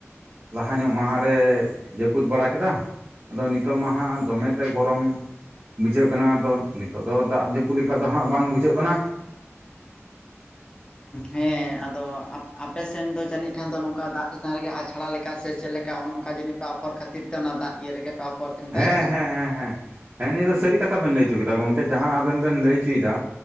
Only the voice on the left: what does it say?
ᱦᱮᱸ ᱟᱫᱚ ᱟᱯᱮ ᱥᱮᱱ ᱫᱚ ᱡᱟᱹᱱᱤᱡ ᱠᱷᱟᱱ ᱫᱚ ᱱᱚᱝᱠᱟ ᱫᱟᱜ ᱪᱮᱛᱟᱱ ᱨᱮᱜᱮ ᱟᱪᱷᱲᱟ ᱞᱮᱠᱟ ᱥᱮ ᱪᱮᱫ ᱞᱮᱠᱟ ᱠᱟ ᱚᱱᱮ ᱚᱱᱠᱟ ᱡᱟᱹᱱᱤᱡ ᱯᱮ ᱟᱯᱷᱚᱨ ᱠᱷᱟᱹᱛᱤᱨ ᱛᱮ ᱚᱱᱟ ᱫᱟᱜ ᱤᱭᱟᱹ ᱨᱮᱜᱮ ᱯᱮ ᱟᱯᱷᱚᱨ ᱛᱟᱦᱮᱱ ᱛᱟᱭ
ᱥᱮ,
ᱦᱩᱸ᱾